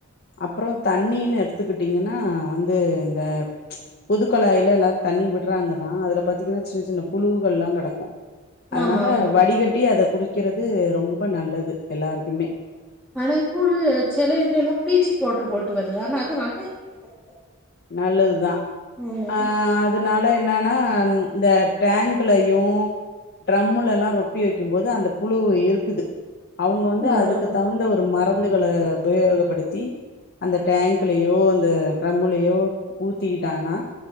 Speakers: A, on the left; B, in the centre.
A: அப்புறோ தண்ணீன்னு எடுத்துக்கிட்டீங்கன்னா வந்து இந்த பொதுக்கொழாயில எல்லாரு தண்ணி விட்றாங்கதா அதுல பாத்திங்கன்னா சின்ன சின்ன புழுகள்ல்லா கடக்கூ அதனால
B: ஆமா ஆமா
A: வடிகட்டி அத குடிக்கிறது ரொம்ப நல்லது எல்லாருக்குமே
B: ஆனா இப்ப உள்ள சில இதுல எல்லாம் பிளீச்சிங் பவுட்ரு போட்டு வருது ஆனா அது நல்லது <inaudible>
A: நல்லதுதா
B: ஆமா
A: ஆ அதனால என்னன்னா இந்த டேங்க்லயு ட்ரம்முலல்லா ரொப்பி வைக்கும் போது அந்த புழு இருக்குது அவுங்க வந்து
B: ஆமா
A: அதுக்கு தகுந் த ஒரு மரந்துகள உபயோகப்படுத்தி அந்த டேங்க்லயோ அந்த ட்ரம் டயோ ஊத்திகிட்டானா